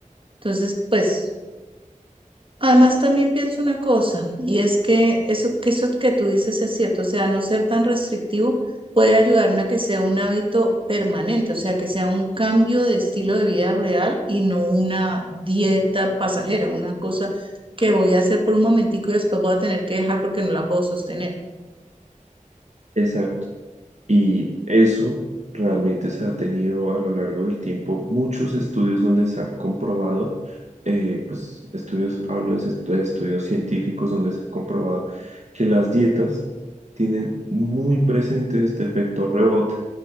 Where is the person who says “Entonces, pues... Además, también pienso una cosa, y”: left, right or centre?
Right